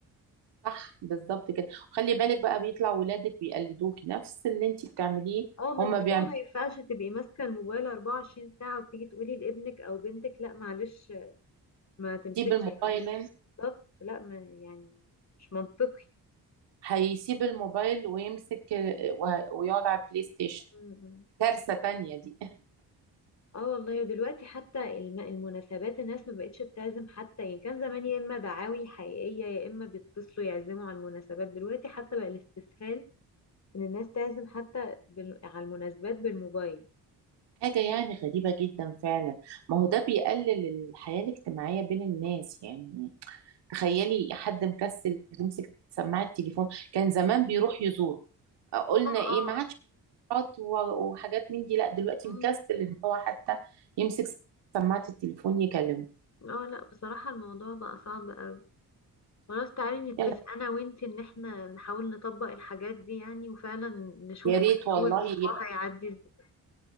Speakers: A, on the right; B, on the left.
A: <laughs> صح بالظبط كده خلي بالك بقى بيطلع ولادك بيقلدوكي نفس اللي انت بتعمليه
B: اه ما
A: هما
B: انت
A: بيعملوا
B: بقى ما ينفعش تبقي ماسكه الموبايل 24 ساعه وتيجي تقولي لابنك او بنتك لا معلش ما تمسكش
A: يسيب الموبايل
B: التليفون
A: هنا،
B: بالظبط لا ما يعني مش منطقي
A: هيسيب الموبايل ويمسك ال- وه- ويقعد على البلاي ستيشن
B: م- م.
A: كارثة تانية دي
B: اه والله ودلوقتي حتى الم- المناسبات الناس ما بقتش بتعزم حتى يعني كان زمان يا اما دعاوي حقيقية يا اما بيتصلوا يعزموا على المناسبات دلوقتي حتى بقى الاستسهال ان الناس تعزم حتى بال... على المناسبات بالموبايل
A: حاجة يعني غريبة جدا فعلا ما هو ده بيقلل الحياة الاجتماعية بين الناس يعني تخيلي حد مكسل يمسك سماعة التليفون كان زمان بيروح يزور قلنا
B: اه
A: ايه
B: اه
A: ما عادش حاجات و- وحاجات من دي لا دلوقتي
B: اه
A: مكسل
B: م.
A: ان هو حتى يمسك سماعة التليفون يكلمه
B: اه لا بصراحة الموضوع بقى صعب قوي خلاص تعالي نتفق
A: يلا
B: انا وانتي ان احنا نحاول نطبق الحاجات دي يعني وفعلا نشوف
A: يا ريت
B: كده
A: والله
B: اول اسبوع
A: يبقى
B: هيعدي ازاي